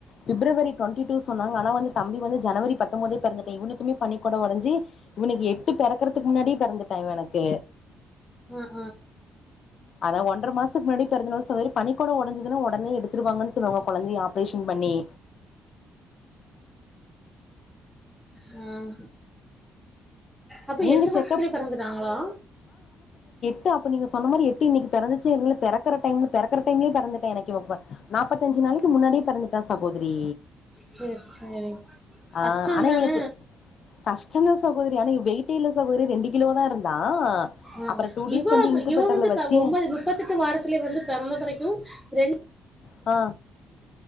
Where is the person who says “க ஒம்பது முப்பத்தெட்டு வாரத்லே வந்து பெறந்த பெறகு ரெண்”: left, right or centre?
Centre